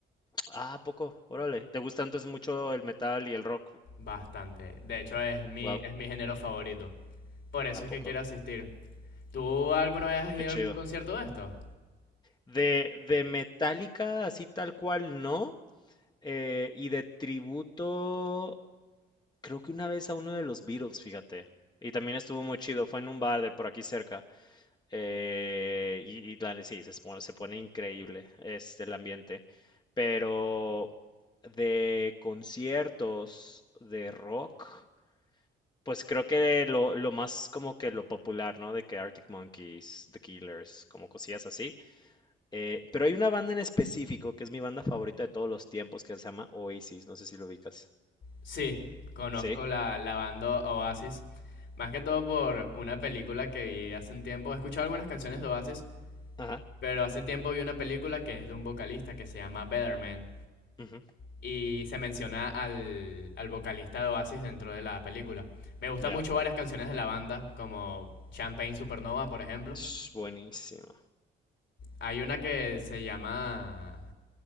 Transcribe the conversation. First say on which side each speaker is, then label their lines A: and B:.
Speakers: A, on the left; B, on the left.
A: Ah, ¿a poco? Órale. ¿Te gusta entonces mucho el metal y el rock?
B: Bastante. De hecho, es mi,
A: Wow,
B: es mi género favorito. Por eso
A: ¿a
B: es
A: poco?
B: que quiero asistir. ¿Tú alguna vez has ido
A: Qué chido.
B: a algún concierto de esto?
A: De, de Metallica, así tal cual, no. Eh, y de tributo, creo que una vez a uno de los Beatles, fíjate. Y también estuvo muy chido, fue en un bar de por aquí cerca. Eh, y, y claro, sí, se, pone- se pone increíble este, el ambiente. Pero de conciertos de rock, pues creo que lo, lo más como que lo popular, ¿no? De que Arctic Monkeys, The Killers, como cosillas así. Eh, pero hay una banda en específico que es mi banda favorita de todos los tiempos que se llama Oasis, no sé si lo ubicas.
B: Sí, conozco
A: ¿Sí?
B: la, la banda Oasis. Más que todo por una película que vi hace un tiempo. He escuchado algunas canciones de Oasis,
A: Ajá.
B: pero hace tiempo vi una película que es de un vocalista que se llama Betterman.
A: ujú,
B: Y se menciona al, al vocalista de Oasis dentro de la película. Me gustan
A: Ya.
B: mucho varias canciones de la banda, como Champagne Supernova, por ejemplo.
A: Sh, buenísimo.
B: Hay una que se llama.